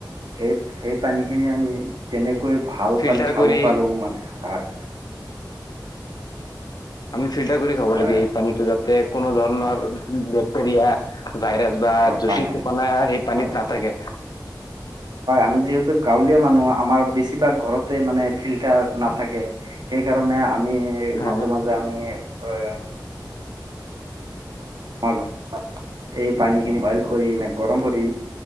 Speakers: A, on the right; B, on the left.
A: সেই সেই পানীখিনি আমি, তেনেকৈ ভাল
B: ফিল্টাৰ
A: পানী খাব
B: কৰি
A: পাৰোঁ মানে হয়।
B: আমি ফিল্টাৰ কৰি খাব
A: হয়
B: লাগে এই পানীতটো যাতে কোনো ধৰণৰ,
A: হয়
B: বেক্টেৰিয়া ভাইৰাছ বা
A: হয়
B: জুচিত
A: পানী
B: কনা সেই পানীত
A: হয়
B: নাথাকে।
A: আমি যিহেতু গাঁৱলীয়া মানুহ আমাৰ বেছিভাগ ঘৰতে মানে ফিল্টাৰ নাথাকে, সেইকাৰণে আমি
B: হয়,
A: মাজে মাজে আমি এ আমাৰ ঘ এই পানীখিনি বইল কৰি মানে গৰম কৰি,